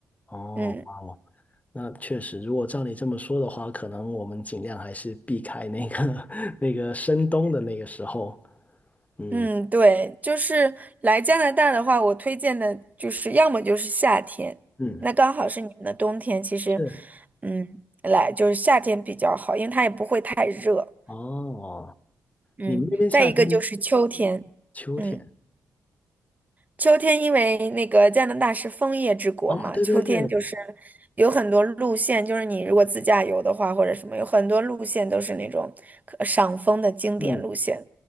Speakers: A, on the left; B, on the right.
A: 哦，
B: 嗯。
A: 哇那确实，如果照你这么说的话，可能我们尽量还是避开那个 <laughs> 那个深冬的那个时候。嗯
B: 嗯，对，就是来加拿大的话，我推荐的就是要么就是夏天，
A: 嗯，
B: 那刚好是你们的冬天，其实，
A: 是
B: 嗯，来就是夏天比较好，因为它也不会太热。
A: 哦，
B: 嗯，
A: 你们那边夏天、
B: 再一个就是秋天，
A: 秋天？
B: 嗯，秋天因为那个加拿大是枫叶之国嘛，
A: 哦，对对对，
B: 秋天就是有很多路线，就是你如果自驾游的话或者什么，有很多路线都是那种可赏枫的经典路线，
A: 嗯，